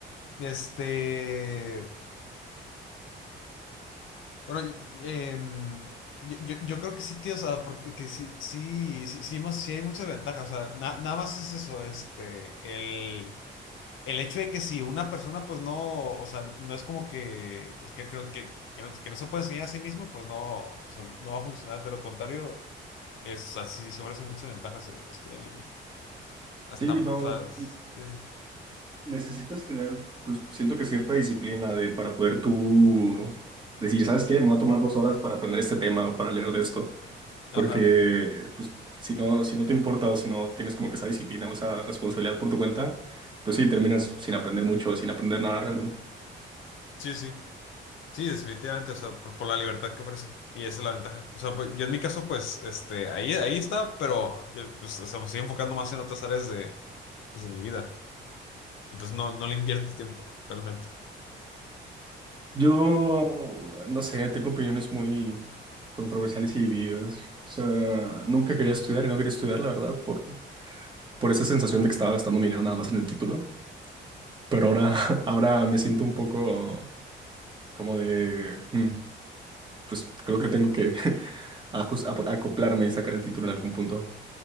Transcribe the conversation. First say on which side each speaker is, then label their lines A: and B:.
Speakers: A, on the left; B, on the right.
A: este, bueno, em, yo, yo, yo creo que sí, tío, o sea, porque que sí, sí, sí, sí, hemos- sí hay muchas ventajas. O sea, na- nada más es eso, este, el el hecho de que si una persona pues no, o sea, no es como que, pues, que creo que, que no, que no se puede enseñar a sí mismo, pues no, o sea, no va a funcionar, de lo contrario, es así, se ofrecen muchas ventajas el estudiar en línea. Hasta,
B: Sí, no.
A: o sea, sí, sí,
B: Necesitas tener, pues siento que cierta disciplina de, para poder tú decir, ¿sabes qué? Me voy a tomar dos horas para aprender este tema o para leer de esto.
A: ajá,
B: Porque, pues, si no, si no te importa o si no tienes como que esa disciplina o esa responsabilidad por tu cuenta, pues sí, terminas sin aprender mucho o sin aprender nada realmente.
A: sí, sí, sí, definitivamente, o sea, por, por la libertad que ofrece, y esa es la ventaja. O sea, pues, yo en mi caso, pues, este, ahí, ahí está, pero, yo, pues, o sea, me estoy enfocando más en otras áreas de, pues, de mi vida, entonces no, no le invierto tiempo, realmente.
B: Yo, no sé, tengo opiniones muy controversiales y divididas. O sea, nunca quería estudiar y no quería estudiar, la verdad, por, por esa sensación de que estaba gastando mi dinero nada más en el título. Pero ahora, <laughs> ahora me siento un poco como de, "Mm, pues creo que tengo que <laughs> ajus- ap- acoplarme y sacar el título en algún punto.